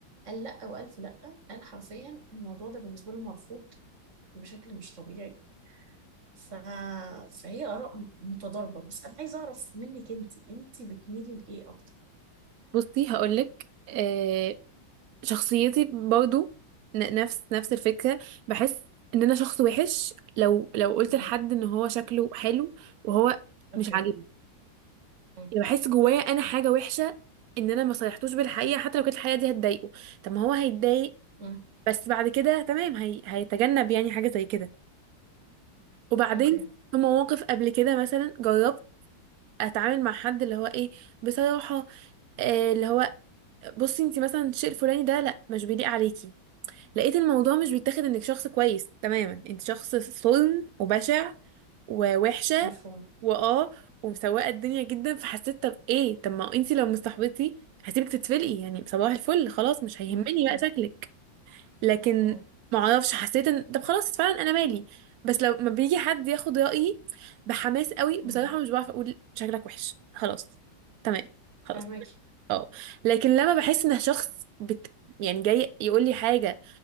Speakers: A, on the right; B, on the right.
A: قال لأ وألف لأ قال حرفيا الموضوع ده بالنسبة له مرفوض بشكل مش طبيعي ف... فهي آراء م- متضاربة بس أنا عايزة أعرف منك أنت أنت بتميلي لإيه أكتر؟
B: بصي هقولك آه شخصيتي برضو ن- نفس نفس الفكرة بحس ان انا شخص وحش لو لو قلت
A: مم.
B: لحد ان هو شكله حلو وهو مش
A: أوكي
B: عاجبني
A: مم.
B: يعني بحس جوايا انا حاجه وحشه ان انا ما صالحتوش بالحقيقه حتى لو كانت الحقيقه دي هتضايقه طب ما هو هيتضايق
A: مم.
B: بس بعد كده تمام هي... هيتجنب يعني حاجه زي كده وبعدين
A: أوكي
B: في مواقف قبل كده مثلا جربت اتعامل مع حد اللي هو ايه بصراحه آه اللي هو بصي انت مثلا الشيء الفلاني ده لا مش بيليق عليكي لقيت الموضوع مش بيتاخد انك شخص كويس تماما انت شخص صلن وبشع ووحشه
A: مفهوم
B: واه ومسوقه الدنيا جدا فحسيت طب ايه طب ما انتي لو مصاحبتي هسيبك تتفلقي يعني صباح الفل خلاص مش هيهمني
A: مفهوم
B: بقى شكلك لكن
A: مم.
B: ما اعرفش حسيت ان طب خلاص فعلا انا مالي بس لو ما بيجي حد ياخد رايي بحماس قوي
A: مهم.
B: بصراحه مش بعرف اقول شكلك وحش خلاص تمام خلاص
A: فاهمك
B: اه لكن لما بحس ان شخص بت... يعني جاي يقول لي حاجه